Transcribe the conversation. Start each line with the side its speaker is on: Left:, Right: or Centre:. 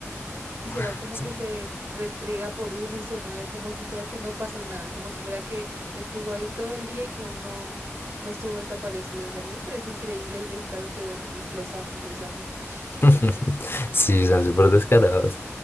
Right: y se va
Left: <laughs>
Right: como que se restriega por uno y se mueve como si fuera que no pasó nada, como si fuera que estuvo ahí todo el día y que uno no estuvo desaparecido. O sea, a mí me parece increíble el descaro, pero l- los amo, los amo. <laughs>
Left: <laughs> Sí, son súper descarados.